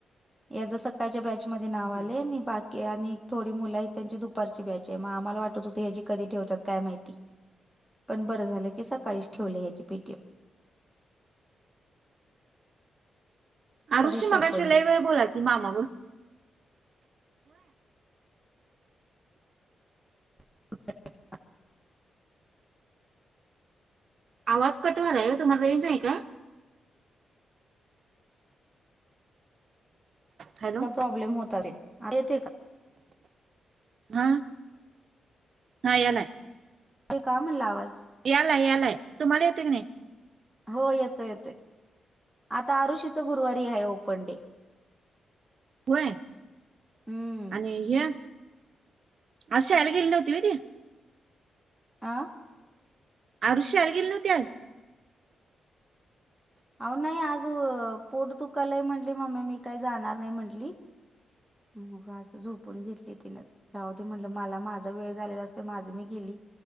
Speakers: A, in the centre; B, on the right.
A: याचं सकाळच्या बॅचमध्ये नाव
B: होय
A: आलंय आणि बाकी की आणि थोडी मुलय. त्यांची दुपारची बॅचे. मग आम्हाला वाटत होते ह्याची कधी ठेवतात काय माहिती. पण बरं झालं की सकाळीच
B: हम्म.
A: ठेवलं याची पी टी एम. त्या
B: आऋषी
A: दिवशी
B: मगाशी
A: ओपन
B: लई
A: डे
B: वेळ बोलालती मामा बर.
A: या <unintelligible>
B: आवाज कट व्हायला. तुम्हाला रेंज नाही का? हॅलो
A: थोडा प्रॉब्लेम होता रे आता येतोय का?
B: हा हा यालाय.
A: ते कामन लावायच?
B: यालाय यालाय. तुम्हाला येते की नाही?
A: हो येतोय येतोय आता आरुशीच गुरुवारीय ओपन डे.
B: होय,
A: हम्म
B: आणि हे. आज शाळेला गेली नव्हती व्हय ती?
A: आं.
B: आरु शाळेला गेले नव्हती आज?
A: अ नाही आज पोट दुखालय म्हणली मम्मी. मी काही जाणार नाही म्हंणली. म आता झोपून घेते की काय? जाऊदे म्हणलं मला माझा वेळ झालेला असतो. माझी मी गेली.